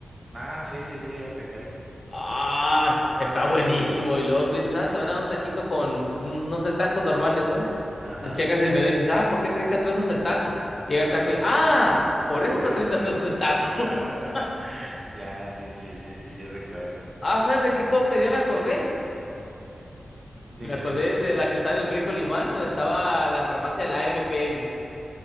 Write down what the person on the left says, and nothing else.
Ah, está buenísimo. Y luego tú dices, ah, te van a dar un taquito con, pues, un- no sé, tacos normales, ¿no?
Le Checas el menú y dices, ah, ¿por qué 30 pesos el taco? Llega el taco y, ah, por
eso está
30 pesos el taco.
<laughs>
Ah, ¿sabes de qué tortería me acordé? Me
acordé
de la que estaba en el Rico Limán, donde estaba la farmacia de la AMPM.